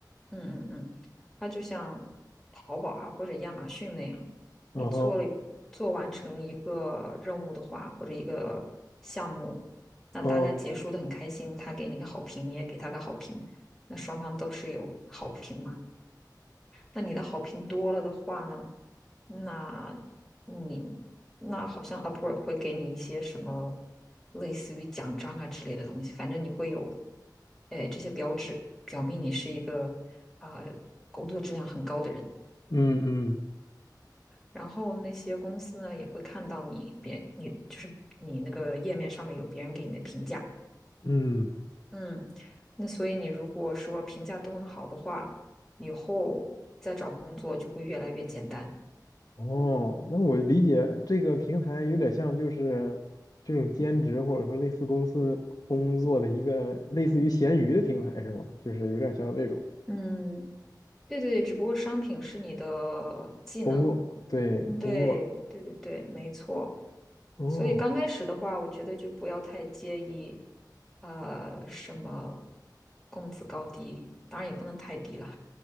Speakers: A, in the centre; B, on the left.
A: 嗯嗯嗯，它就像淘宝啊或者亚马逊那样，
B: 嗯哼，
A: 你做了做完成一个任务的话，或者一个项目，那大家结束的很开心，
B: 嗯
A: 他给你个好评，你也给他个好评，那双方都是有好评嘛。那你的好评多了的话呢？那你那好像 Upwork 会给你一些什么类似于奖章啊之类的东西，反正你会有，哎，这些标志表明你是一个啊、工作质量很高的人。
B: 嗯嗯
A: 然后那些公司呢也会看到你别你就是你那个页面上面有别人给你的评价，
B: 嗯，
A: 嗯，那所以你如果说评价都很好的话，以后再找工作就会越来越简单。
B: 哦，那我理解这个平台有点像就是这种兼职或者说类似公司工作的一个类似于闲鱼的平台是吗？就是有点像那种
A: 嗯，对对对，只不过商品是你的技能。
B: 工作，对，
A: 嗯，对对对对，
B: 工作。
A: 没错。
B: 哦，
A: 所以刚开始的话，我觉得就不要太介意，呃，什么工资高低，当然也不能太低了。